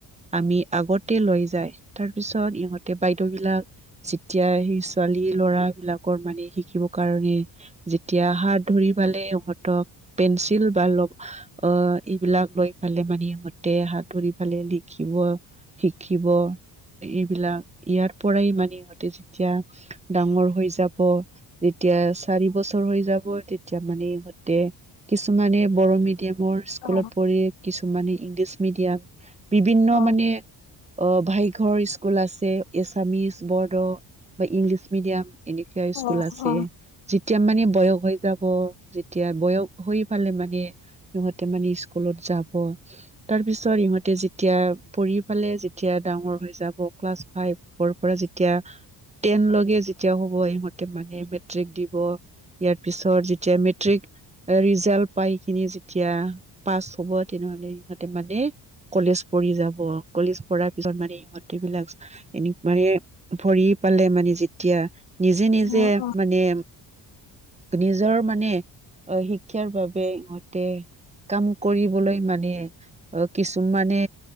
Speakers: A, on the right (about 15°); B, on the left (about 70°).
A: আমি আগতে লৈ যায় তাৰ পিছত সিহঁত এতিয়া বাইদেউ বিলাক যেতিয়া সেই ছোৱালী ল'ৰা বিলাকৰ মানে শিকিব কাৰণে যেতিয়া হাত ধৰি পালে ইহঁতক পেঞ্চিল বা অ, এইবিলাক লৈ পালে মানে সিহঁতে হাত ধৰি ফালে লিখিব শিকিব এইবিলাক ইয়াৰ পৰাই মানে ইহঁতে যেতিয়া ডাঙৰ হৈ যাব। যেতিয়া চাৰি বছৰ হৈ যাব তেতিয়া মানে ইহঁতে কিছুমানে বড় মিডিয়ামৰ স্কুলত
B: অ অ
A: পঢ়ি কিছুমানে ইংলিছ মিডিয়াম বিভিন্ন
B: অ
A: মানে অভাইঘৰ স্কুল আছে এছামিচ, বদ বা ইংলিছ মিডিয়াম এনেকা
B: অ
A: স্কুল আছে।
B: অ
A: যেতিয়া মানে বৈয়ক হৈ যাব যেতিয়া বয়স হৈ পালে মানে সিহঁতে মানে স্কুলত যাব। তাৰ পিছত ইহঁতে যেতিয়া পঢ়ি পালে যেতিয়া ডাঙৰ হৈ যাব ক্লাছ ফাইভৰ পৰা যেতিয়া টেন লগে যেতিয়াও হ'ব ইহত মানে মেট্ৰিক দিব, ইয়াৰ পিছত যেতিয়া মেট্ৰিক ৰিজাল্ট পাই কিনি যেতিয়া পাছ হ'ব তেনেহলে সিহঁতে মানে কলেজ পঢ়ি যাব কলেজ পঢ়াৰ পিছত মানে ইহঁতে বিলাক এনেক মানে ভৰি পালে মানে যেতিয়া নিজে-নিজে
B: অ অ
A: মানে নিজৰ মানে অ, শিক্ষাৰ বাবে ইহঁতেহ কাম কৰিবলৈ মানে অ, কিছুমানে